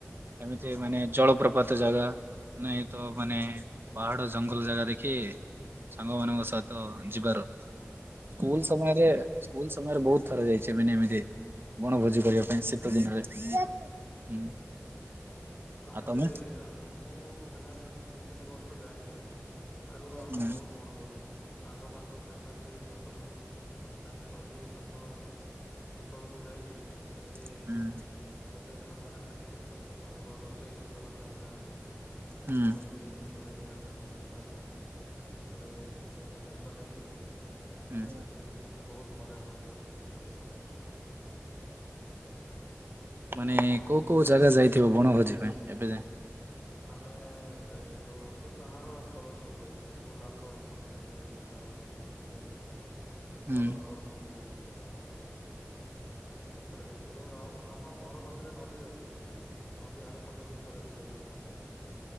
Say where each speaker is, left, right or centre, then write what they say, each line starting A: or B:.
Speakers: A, on the right (about 45°); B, on the left (about 20°).
A: ଏମିତି
B: ହଁ
A: ମାନେ ଜଳପ୍ରପାତ ଜାଗା ନାହିଁ ତ
B: ହଁ
A: ମାନେ ପାହାଡ ଜଙ୍ଗଲ ଜାଗା ଦେଖି ସାଙ୍ଗ ମାନଙ୍କ ସହିତ ଯିବାର ସ୍କୁଲ
B: ହଁ ହଁ
A: ସମୟରେ ସ୍କୁଲ ସମୟରେ ବହୁତ ଥର ଯାଇଛି ଏମିତି ଏମିତି ବଣଭୋଜି କରିବା ପାଇଁ ଶୀତ ଦିନରେ। <inaudible>
B: ଆମେ
A: ଆଉ ତମେ
B: ବି ଆଗ ମୁଁ ହେଲାଣି ଦି ତିନି ବର୍ଷ ଯାଇନି ଜମା ଆଗରୁ ଆମେ
A: ହୁଁ
B: ବହୁତ ବଣଭୋଜି କରିଚୁ। ସାଙ୍ଗ ମାନଙ୍କ ସହିତ ତ ଏମତି ଜଙ୍ଗଲ ମାନେ ଏମତି ନଦୀ ପାଖ ଅଞ୍ଚଳକୁ ଯାଇକି ସେଠି
A: ହୁଁ
B: ଗୋଟେ ଦିନ ମାନେ ସେଠି ସବୁ ଆମର ରୋଷେଇ ସରଞ୍ଜାମ ଯାହାବି
A: ହୁଁ
B: କଢେଇ ହେଲା ଗ୍ୟାସ୍ ହେଲା, ଚୁଲା ହେଲା ତାପରେ ସବୁ ଜିନିଷ ନେଇକି
A: ହୁଁ
B: ସେଠି ବହୁତ ମଜାମସ୍ତି କରିକି ଆସିଛୁ ଆମେ।
A: ମାନେ କୋଉ କୋଉ ଜାଗା ଯାଇଥିବ ବଣ ଭୋଜି ପାଇଁ ଏବେ ଯାଏ।
B: ଆମେ ଯାଇଥିଲୁ ଏମତି ପାହାଡ ଅଞ୍ଚଳ ସବୁ ଯାଇଚୁ। ଉଲାପଗଡ କହିକି ଗୋଟେ ପାହାଡ ଅଛି ସେଠିକି ଯାଇଥିଲୁ।
A: ହୁଁ
B: ସରପଗଡ କହିକି ଗୋଟେ ଏମତି ପାହାଡ ଅଛି ସେପଟେ ଯାଇଥିଲୁ ଆଉ ଆମ ଘର ପାଖରେ ନଦୀ ଅଛି। ନଦୀ ଆର ପଟକୁ ଥରେ ବି ଯାଇଥିଲୁ ଆମେ।